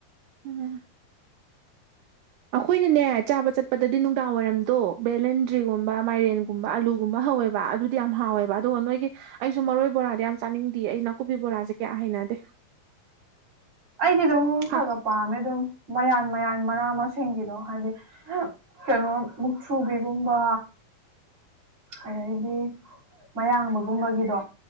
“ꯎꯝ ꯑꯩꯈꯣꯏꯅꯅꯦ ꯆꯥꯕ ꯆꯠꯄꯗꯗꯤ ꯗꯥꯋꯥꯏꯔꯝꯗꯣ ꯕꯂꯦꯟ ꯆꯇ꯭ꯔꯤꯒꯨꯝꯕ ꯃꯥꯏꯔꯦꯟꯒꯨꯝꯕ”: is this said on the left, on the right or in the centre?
Right